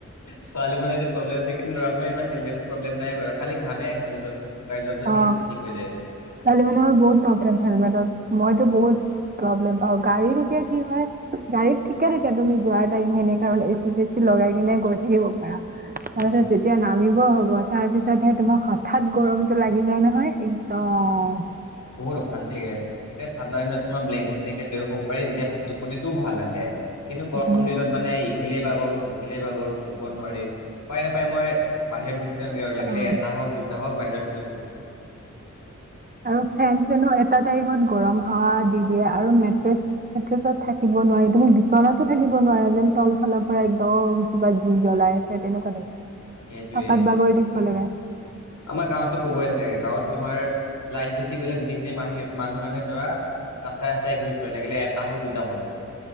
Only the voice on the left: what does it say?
ছোৱালী মানুহৰ তোৰ প্ৰব্লেমহৈছে, কিন্তু লৰাবোনৰ ইমান হেলমেটত প্ৰবলেম নাই বাৰু খালি ঘামে, ঘামি যোৱাৰ পিছত শুকাই যোৱাৰ পিছত
যিহেতু ঠিক হৈ যায়।
উম
বহুত অশান্তিয়ে এ ঠাণ্ডা দিনত তোমাৰ ব্লেংকেট-শ্লেংকেট লৈয়ো শুব পাৰি তেতিয়া ভা টোপনিটো ভাল আহে। কিন্তু গৰম
দিনত মানে ইফালে বাগৰো সিফালে বাগৰো শুব নোৱাৰি উপায় নাপায় মই বাহিৰত গুচি জাঙ্গে আৰু লাগিলে
এটা হওক দুটা টা হওঁক বাহিৰত ঘূৰি ফুৰোঁ।
সেইটোৱে,
আমাৰ গাঁৱতো কবই নালাগে গাঁৱত তোমাৰ লাইট গুচি গ'লে গোটেইখিনি মাহি মানুহ কাৰণে ধৰা ৰাস্তাই ৰাস্তাই ঘূৰি ফুৰে লাগিলে এটা হওক দুটা হওক।